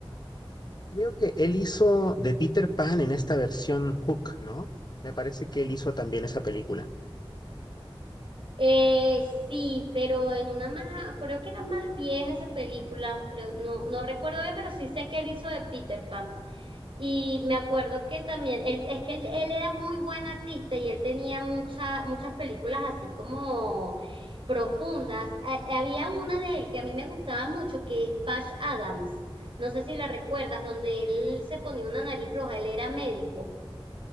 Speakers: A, on the left (about 45°); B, on the right (about 60°).
A: Creo que él hizo de Peter Pan en esta versión Hook, ¿no? Me parece que él hizo también esa película.
B: Eh, sí, pero en una más, creo que era más vieja esa película, creo, no, no recuerdo bien, pero sí sé que él hizo de Peter Pan. Y me acuerdo que también, él, es que él, él era muy buen artista y él tenía mucha, muchas películas así como profundas. Ha- había una de él que a mí me gustaba mucho, que es Patch Adams. No sé si la recuerdas, donde él se ponía una nariz roja, él era médico.